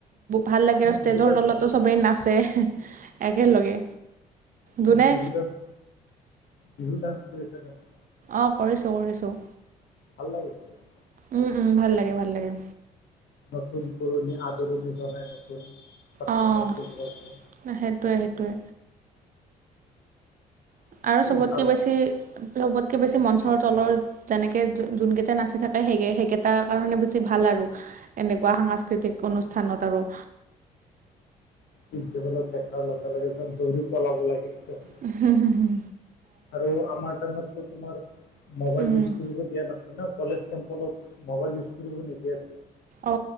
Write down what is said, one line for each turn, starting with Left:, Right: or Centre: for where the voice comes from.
Right: ভাল লাগে
Left: তুমি
Right: আৰু ষ্টেজৰ
Left: বিহু ডান্স
Right: তলতো
Left: কৰিছানে
Right: সবেই
Left: নাই?
Right: নাচে। একেলগে।
Left: তুমি
Right: যোনে
Left: বিহু ডান্স, বিহু ডান্স কৰিছা নে নাই?
Right: অ কৰিছো কৰিছো।
Left: <unintelligible>
Right: উম উম ভাল লাগে ভাল লাগে।
Left: নতুন পুৰণি আদৰণি জনাই নতুন ছাত্ৰ
Right: অ
Left: ছাত্ৰীবোৰক
Right: সেইটোৱে
Left: যে
Right: সেইটোৱে।
Left: সেইটোও
Right: আৰু চবতকৈ
Left: ভাল
Right: বেছি,
Left: আৰু
Right: চবতকৈ বেছি মঞ্চৰ তলৰ যেনেকে যোনকেইটা নাচি থাকে, সেই-সেইকেইটাৰ কাৰণে বেছি ভাল আৰু। এনেকুৱা সাংস্কৃতিক অনুষ্ঠানত আৰু।
Left: জীৱনত দেখাৰ লগে লগে যে দৌৰি পলাব লাগিছে
Right: হুম হুম হুম।
Left: আৰু আমাৰ টাইমত টো তোমাৰ মোবাইল
Right: উম
Left: ইউজ কৰিব দিয়া নাছিলে ন কলেজ কেম্পলত মোবাইল ইউজ কৰিব নিদিয়া তোমাক।
Right: অ